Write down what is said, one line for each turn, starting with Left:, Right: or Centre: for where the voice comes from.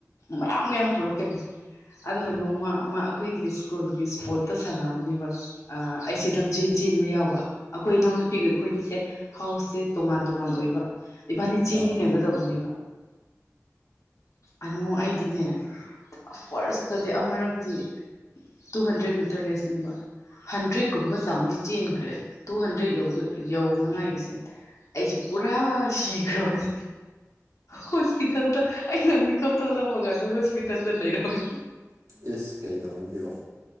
Left: ꯃꯌꯥꯝ ꯃꯌꯥꯝ ꯄꯨꯔꯛꯀꯅꯤ ꯑꯗꯨꯒ ꯅꯣꯡꯃ ꯑꯃ ꯑꯩꯈꯣꯏꯒꯤ ꯁ꯭ꯀꯨꯜꯒꯤ ꯏꯁꯄꯣꯔꯠꯇ ꯁꯥꯟꯅꯕꯅꯦ ꯕꯁ ꯑꯩꯁꯦ ꯂꯝꯖꯦꯟ ꯆꯦꯟꯕ ꯌꯥꯎꯕ ꯑꯩꯈꯣꯏ ꯏꯅꯥꯎꯅꯨꯄꯤꯒ ꯑꯩꯈꯣꯏꯅꯤꯁꯦ ꯍꯥꯎꯁꯁꯦ ꯇꯣꯉꯥꯟ ꯇꯣꯉꯥꯟ ꯑꯣꯏ ꯏꯕꯥꯅꯤ ꯆꯦꯟꯃꯤꯟꯅꯒꯗꯧꯕꯅꯦꯕ
Right: ꯑꯥ
Left: ꯑꯅ ꯑꯩꯗꯤꯅꯦ ꯐꯥꯔꯁꯇꯗꯤ ꯑꯃꯨꯔꯛꯇꯤ ꯇꯨ ꯍꯟꯗ꯭ꯔꯦꯗ ꯃꯤꯇꯔ ꯔꯦꯁꯅꯦꯕ ꯍꯟꯗ꯭ꯔꯦꯠꯀꯨꯝꯕ ꯆꯥꯡꯗꯤ ꯆꯦꯟꯈ꯭ꯔꯦ ꯇꯨ ꯍꯟꯗ꯭ꯔꯦꯗ ꯌꯧꯅꯉꯥꯏꯒꯤꯁꯦ ꯑꯩꯁꯦ ꯄꯨꯔꯥ ꯁꯤꯈ꯭ꯔꯕꯅꯦ ꯍꯣꯁꯄꯤꯇꯥꯜꯗ ꯑꯩꯅ ꯃꯤꯀꯞ ꯇꯧꯂꯝꯃꯒꯥꯟꯗ ꯍꯣꯁꯄꯤꯇꯥꯜꯗ ꯂꯩꯔꯝꯃꯤ
Right: ꯑꯦꯁ ꯀꯩ ꯇꯧꯕꯒꯤꯔꯣ